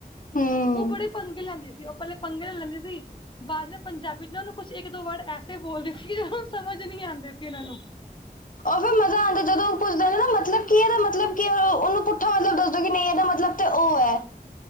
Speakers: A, on the left (about 55°); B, on the left (about 30°).
A: ਹੂੰ।
B: ਉਹ ਬੜੇ ਪੰਗੇ ਲੈਂਦੇ, ਉਹ ਪਹਿਲੇ ਪੰਗੇੇ ਲੈਂਦੀ ਸੀ ਬਾਅਦ ਪੰਜਾਬੀ ਚ ਨਾ ਉਹਨੂੰ ਕੁਛ ਇੱਕ ਦੋ ਵਰਡ ਐਸੇ ਬੋਲਦੇ ਸੀ। ਸਮਝ ਨੀ ਆਉਂਦੇ ਸੀ ਇਹਨਾਂ ਨੂੰ,
A: ਉਹ ਫੇ ਮਜ਼ਾ ਆਉਂਦਾ ਜਦੋਂ ਕੁੱਛਦੇ ਨੇ ਨਾ ਮਤਲਬ। ਕੀ ਇਹਦਾ ਮਤਲਬ ਕੀ ਉਹ ਉਹਨੂੰ ਪੁੱਠਾ ਮਤਲਬ ਦੱਸੋ ਕਿ ਨਹੀਂ ਇਹਦਾ ਮਤਲਬ ਤੇ ਉਹ ਹੈ,